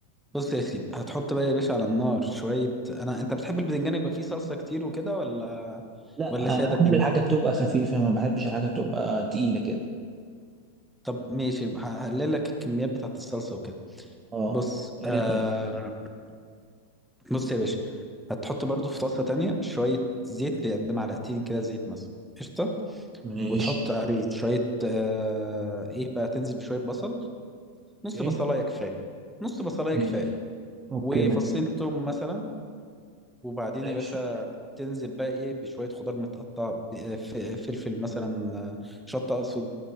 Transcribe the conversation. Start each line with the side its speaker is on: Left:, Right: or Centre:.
Centre: بص يا سيدي هتحط بقى يا باشا على النار شوية انا انت بتحب البدنجان يبقى فيه صلصة كتير وكده ولا
Right: لا
Centre: ولا سادة
Right: انا بحب
Centre: بدنجان
Right: الحاجات تبقى خفيفه ما بحبش الحاجات تبقى تقيله كده
Centre: طب ماشي هقلل لك الكميات بتاعت الصلصة وكده
Right: اه
Centre: بص
Right: يا
Centre: آه...
Right: ريت يعني
Centre: <clears throat> بص يا باشا هتحط برضو في طاسة تانية شوية زيت قد معلقتين كده زيت مثلا قشطة
Right: ماشي
Centre: وتحط عليه شوية آه إيه بقى تنزل بشوية بصل نص
Right: اوكي
Centre: بصلاية كفاية نص بصلاية
Right: اوكي
Centre: كفاية
Right: اوكي
Centre: وفصين توم مثلا وبعدين
Right: ماشي
Centre: يا باشا تنزل بقى إيه بشوية خضار متقطع ب- آه، ف- آه، فلفل مثلا آه، شطة أقصد